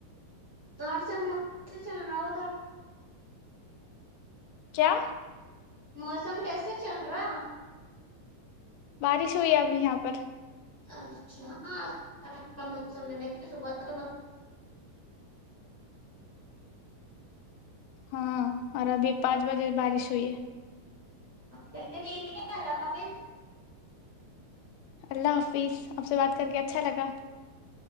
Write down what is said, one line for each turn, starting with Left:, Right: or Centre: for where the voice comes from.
Centre: تو سب م سے چل رہا ہ ادھر
Left: کیا
Centre: موسم کیسے چل رہا
Left: بارش ہوئی ہے ابھی یہاں پر
Centre: اچھا ہاںھا موسم صبح تو
Left: ہاں اور ابھی پانچ بجے بارش ہوئی ہے
Centre: ٹھیک ہے اللہ حافظ <inaudible>
Left: اللہ حافظ آپ سے بات کر کے اچھا لگا